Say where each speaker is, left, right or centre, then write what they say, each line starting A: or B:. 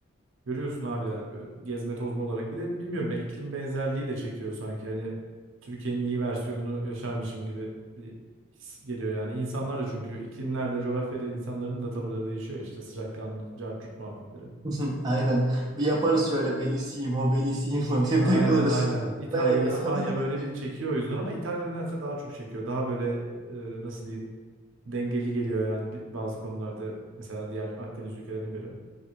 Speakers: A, on the right (about 65°); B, on the right (about 20°).
A: Görüyorsun abi yani böyle gezme tozma olarak. Bir de bilmiyorum ya iklim benzerliği de çekiyor sanki. Hani Türkiye'nin iyi versiyonunu yaşarmışım gibi bir his geliyor yani. İnsanlar da çünkü iklimlerle, coğrafyayla insanların da tavırları değişiyor ya işte sıcakkanlı, cart curt muhabbetleri.
B: <laughs> Aynen. Bir yaparız şöyle Bellissimo, Bellissimo diye
A: Aynen
B: takılırız.
A: aynen. İtalya,
B: Lego.
A: İspanya böyle
B: <laughs>
A: bir çekiyor o yüzden ama İtalya nedense daha çok çekiyor. Daha böyle e, nasıl diyeyim dengeli geliyor yani bi- bazı konularda mesela diğer Akdeniz ülkelerine göre.